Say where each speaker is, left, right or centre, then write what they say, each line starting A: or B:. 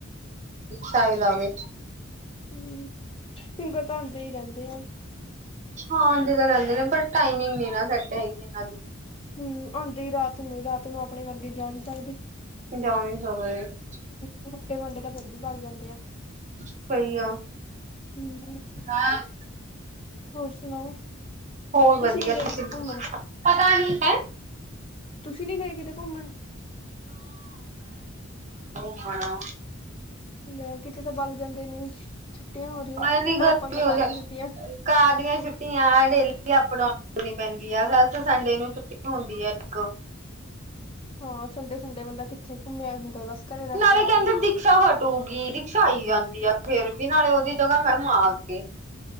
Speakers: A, on the right (about 35°); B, on the left (about 25°).
A: ਸਾਇਦ ਆਵੇ।
B: ਹੂੰ ਸਿੰਗਰ ਤਾਂ ਆਉਂਦੇ ਹੀ ਰਹਿੰਦੇ। ਆ
A: ਹਾਂ ਜ ਤਾਂ ਰਹਿੰਦੇ ਨੇ ਪਰ ਟਾਈਮਿੰਗ ਨ ਨਾ ਸੈੱਟ ਹੈਗੀ ਇਹਨਾਂ ਦੀ
B: ਹੂੰ ਆਉਂਦੇ ਹੀ ਰਾਤ ਨੂੰ ਰਾਤ ਨੂੰ ਆਪਣੇ ਵਰਗੇ ਜਾ ਨੀ ਸਕਦੇ।
A: ਜਾ ਨ੍ਹੀ ਨ੍ਹ ਸੱਕਦੇ <unintelligible>
B: ਸਾਡੇ ਮੁੰਡੇ ਤਾਂ ਫਿਰ ਵੀ ਬਾਗ ਜਾਂਦੇ ਆ।
A: ਸਹੀ ਆ
B: ਹੂੰ
A: <inaudible>
B: ਹੋਰ ਸੁਣਾਓ?
A: ਹੋਰ ਵਧੀਆ
B: ਨੀ ਗਏ
A: ਤੁਸੀਂ
B: ਕਿਤੇ
A: ਦੱਸੋ
B: ਘੁੰਮਣ
A: ਪਤਾ ਨਹੀਂ ਹੈ।
B: ਤੁਸੀਂ ਨੀ ਗਏ ਕਿਤੇ ਘੁੰਮਣ
A: ਹਾਂ
B: ਲੈ ਕਿਤੇ ਤਾਂ ਬਗ ਜਾਂਦੇ ਇੰਨੀ ਛੁੱਟੀਆਂ ਹੋ ਰਹੀਆਂ
A: ਐਨੀ
B: ਸੀਆਂ ਪਰ
A: ਗਰਮੀ
B: ਆਪਾਂ ਨੂੰ
A: ਹੋ
B: ਤੱਕ
A: ਰਹੀ
B: ਦੀਆਂ ਛੁੱਟੀਆਂ
A: ਕਾਰ ਦੀਆਂ ਛੁੱਟੀਆਂ ਡੇਲੀ ਅਪਡਾਊਨ ਕਰਨਣੀ ਪੈਂਦੀ ਹੈਸ ਸੰਡੇ ਨੂੰ ਛੁੱਟੀ ਹੁੰਦੀ ਹੈ ਇੱਕ
B: ਹਾਂ ਸੰਡੇ ਸੰਡੇ ਬੰਦਾ ਕਿੱਥੇ ਘੁੰਮਿਆ ਹੁੰਦਾ ਬਸ ਘਰੇ ਰੈਸਟ
A: ਨਾਲੇ
B: ਕਰ
A: ਕਹਿੰਦੇ
B: ਲਓ
A: ਰਿਕਸ਼ਾ ਹਟੂਗੀ ਰਿਕਸ਼ਾ ਆਈ ਜਾਂਦੀ ਆ। ਫੇਰ ਵੀ ਨਾਲੇ ਉਹਦੀ ਜਗ੍ਹਾ ਮੈ <unintelligible> ਗਏ।